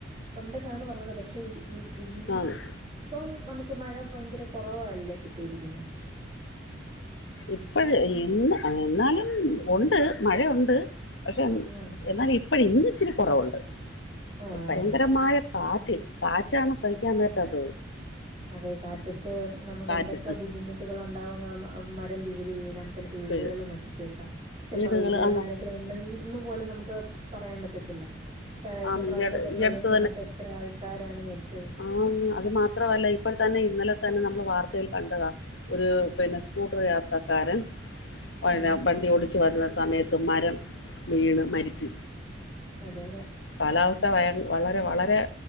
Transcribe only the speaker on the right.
ഉണ്ടെന്നാണ് പറഞ്ഞത് പക്ഷെ ഇ ഈ ഇന്ന്
ഇപ്പൊ നമ്മുക്ക് മഴ ഭയങ്കര കുറവല്ലേ കിട്ടിയിരിക്കുന്നെ
ആഹ്.
ആഹ്.
അതെ കാറ്റത്ത് നമ്മുക്ക്
എന്തൊക്കെ ബുദ്ധിമുട്ടുകൾ ഉണ്ടാവുമെന്ന് മരം പിഴുതി വീഴാം ചിലപ്പോ
വീടുകളിൽ നശിച്ചേക്കാം ചിലപ്പോ
ആ വീടുകളിൽ
ആരെങ്കിലും ഉണ്ടെങ്കിൽ ഒന്ന് പോലും നമ്മുക്ക് പറയാൻ പറ്റത്തില്ല കഴിഞ്ഞ
പ്രാവശ്യം
ഒക്കെ പ്രളയം
വന്നപ്പോ എത്ര ആൾക്കാരാണ് മരിച്ചത്
ഉം.
അതെ അതെ